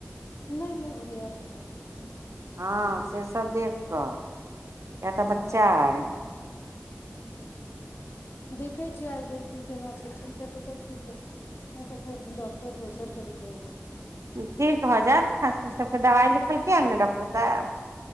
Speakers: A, on the left (about 50°); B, on the right (about 75°).
A: नहि नहि ओरिया के करै छियै।
B: हँ से सब देख कऽ किए तऽ
A: हँ
B: बच्चा अइ।
A: देखै छीयै आई भरी की केना छैय ठीक हेतै तऽ ठीक है नहि तऽ फेर डॉक्टर दोसर के देखबेबै।
B: ठीक भ जायत खाँसी सबके दवाई लिखलकै ने डॉक्टर साहेब?